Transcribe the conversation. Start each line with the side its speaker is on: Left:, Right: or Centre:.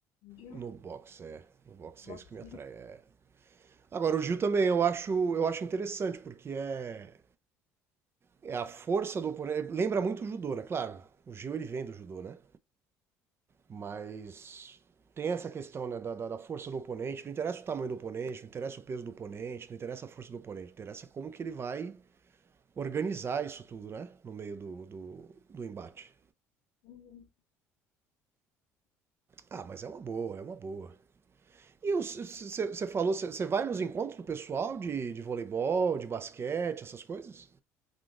Left: Viu?
Right: no boxe, é. No boxe
Left: Box.
Right: é isso que me atrai. é. Agora, o jiu também eu acho, eu acho interessante, porque é, é a força do oponente. Lembra muito o judô, né? Claro, o jiu ele vem do judô, né? Mas tem essa questão né, da, da, da força do oponente. Não interessa o tamanho do oponente, não interessa o peso do oponente, não interessa a força do oponente. Interessa como que ele vai organizar isso tudo, né? No meio do, do, do embate.
Left: <laughs>
Right: Ah, mas é uma boa, é uma boa. E você falou, você vai nos encontros do pessoal de, de voleibol, de basquete, essas coisas?